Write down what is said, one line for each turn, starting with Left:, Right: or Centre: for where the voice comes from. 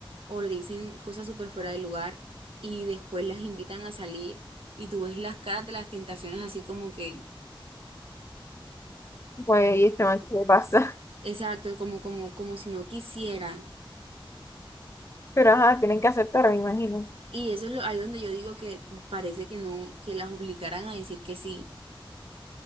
Right: o le dicen cosas súper fuera de lugar y después las invitan a salir y tú ves las caras de las tentaciones así como que,
Left: Pues, y este man, ¿qué le pasa?
Right: exacto, como, como, como si no quisieran.
Left: <laughs> Pero ajá, tienen que aceptar, me imagino.
Right: Y eso es lo, ahí donde yo digo que parece que no, que las obligaran a decir que sí.